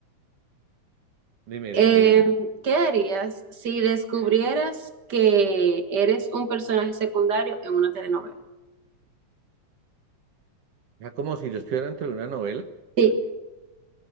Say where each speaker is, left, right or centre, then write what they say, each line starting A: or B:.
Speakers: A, on the right; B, on the right.
A: Dime,
B: Eh,
A: dime, dime.
B: ¿qué harías si descubrieras que eres un personaje secundario en una telenovela?
A: Ya como si yo estuviera entre una novela.
B: Sí,